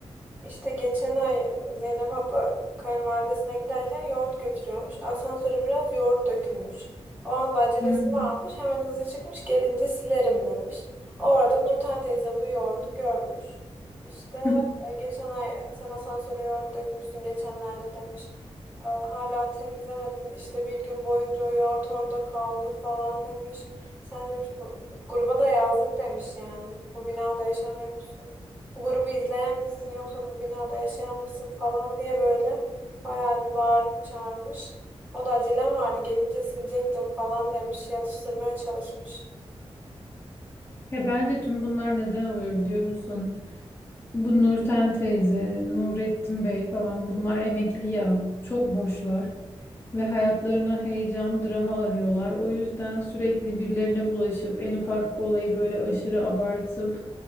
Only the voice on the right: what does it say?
İşte geçen ay Zeynep abla kayınvalidesine giderken yoğurt götürüyormuş. Asansöre biraz yoğurt dökülmüş. O anda acelesi
varmış. Hemen hızlı çıkmış. Gelince silerim demiş. O arada Nurten teyze bu yoğurdu görmüş. İşte
e, geçen ay sen asansöre yoğurt dökmüşsün geçenlerde demiş. "E, Hala temizlemedin işte bir gün boyunca o yoğurt orada kaldı falan demiş. Sen demiş bu gruba da yazdık demiş yani. Bu binada yaşamıyorsun bu grubu izleyen misin yoksa bu binada yaşayan mısın falan diye böyle bayağı bir bağırıp çağırmış. O da acelem vardı gelince silecektim falan demiş yatıştırmaya çalışmış.